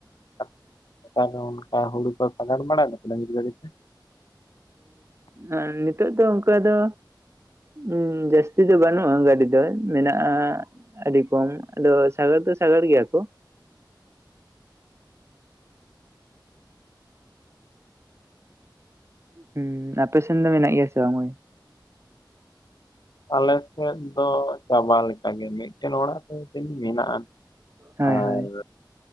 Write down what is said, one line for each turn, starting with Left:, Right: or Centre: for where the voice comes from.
Left: ᱟᱨ ᱛᱟᱭᱱᱚᱢ ᱦᱩᱲᱩ ᱠᱚ ᱥᱟᱜᱟᱨ ᱵᱟᱲᱟ ᱰᱟᱺᱝᱨᱤ ᱜᱟᱲᱤ ᱛᱮ?
Right: ᱩᱸᱱᱤᱛᱚᱜ ᱫᱚ ᱚᱱᱠᱟ ᱫᱚ, ᱩᱸ ᱡᱟᱹᱥᱛᱤ ᱫᱚ ᱵᱟᱹᱱᱩᱜᱼᱟ ᱜᱟᱹᱰᱤ ᱫᱚ ᱢᱮᱱᱟᱜᱼᱟ ᱟᱹᱰᱤ ᱠᱚᱢ ᱟᱫᱚ ᱥᱟᱜᱟᱲ ᱫᱚ ᱥᱟᱜᱟᱲ ᱜᱮᱭᱟ ᱠᱚ᱾ ᱦᱩᱸ ᱟᱯᱮᱥᱮᱱ ᱫᱚ ᱢᱮᱱᱟᱜ ᱜᱮᱭᱟ ᱥᱮ ᱵᱟᱝ ᱵᱷᱟᱹᱭ?
Left: ᱟᱞᱮ ᱥᱮᱫ ᱫᱚ ᱪᱟᱵᱟ ᱞᱮᱠᱟᱜᱮ ᱢᱤᱫᱴᱮᱱ ᱚᱲᱟᱜ ᱨᱮ ᱡᱟᱱᱤᱡ ᱢᱮᱱᱟᱜᱼᱟ᱾
Right: ᱦᱳᱭ
Left: ᱟᱨᱻ
Right: ᱦᱳᱭ